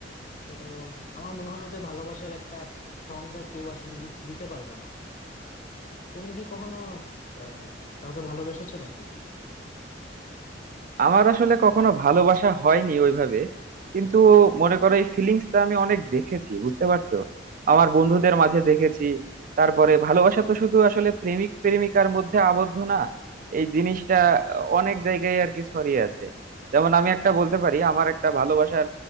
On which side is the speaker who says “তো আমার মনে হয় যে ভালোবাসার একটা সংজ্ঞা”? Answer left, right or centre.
Left